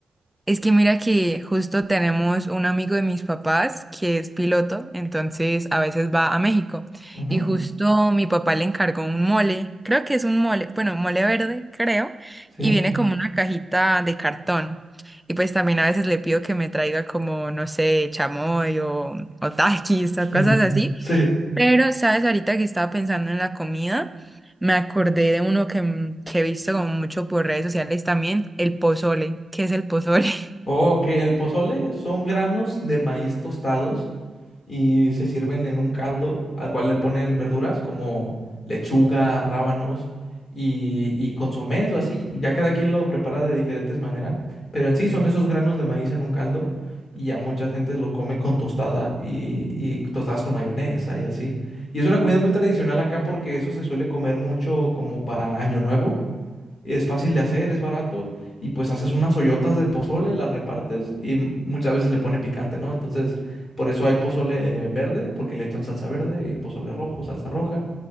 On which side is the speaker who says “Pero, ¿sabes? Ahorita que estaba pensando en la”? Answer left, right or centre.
Centre